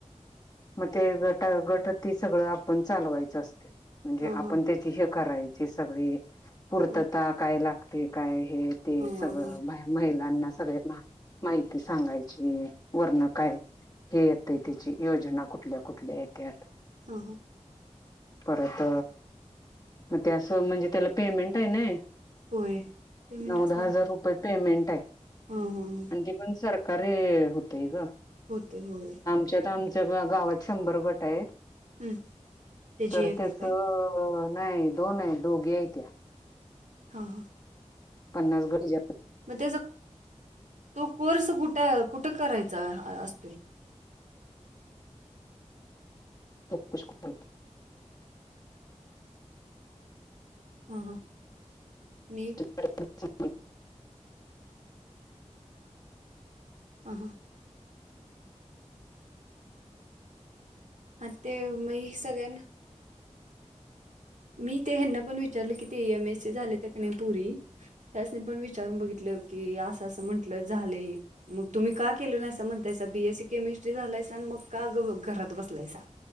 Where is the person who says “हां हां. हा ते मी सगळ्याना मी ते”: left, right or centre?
Right